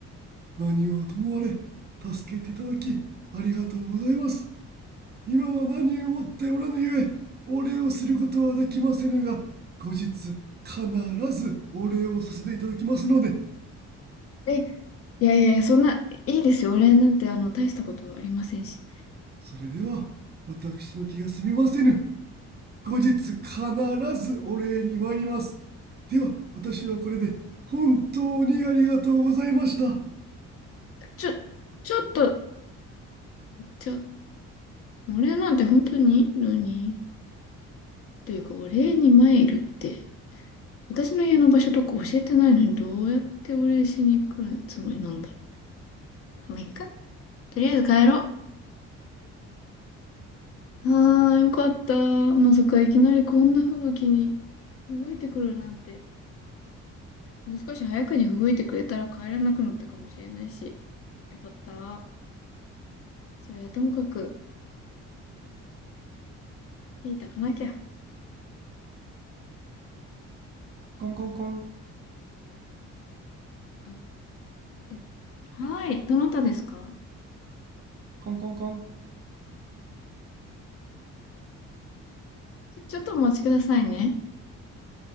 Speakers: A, on the right (about 35°); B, on the left (about 50°).
A: 何はともあれ助けていただきありがとうございます今は何をもっておらぬゆえお礼をすることはできませぬが後日必ずお礼をさせていただきますので
B: え、いやいやいや、そんな、いいですよ。俺なんて、あの、大したことありませんし。
A: それでは私の気が済みませぬ後日必ずお礼に参りますでは私はこれで本当にありがとうございました
B: ちょ、ちょっと、ちょ、俺なんて本当にいいのに、というか、お礼に参るって。私の家の場所とか教えてないのに、どうやってお礼しに来るつもりなんだろう。まあ、いいか。とりあえず帰ろう。あー、よかった。まさかいきなりこんな吹雪に吹雪いてくるなんて。もう少し早くに吹雪いてくれたら帰らなくなったかもしれないし。よかった。それはともかく、火炊かなきゃ。
A: コンコンコン、
B: あ、え、はい。どなたですか
A: コンコンコン、
B: ちょ、ちょっとお待ちくださいね。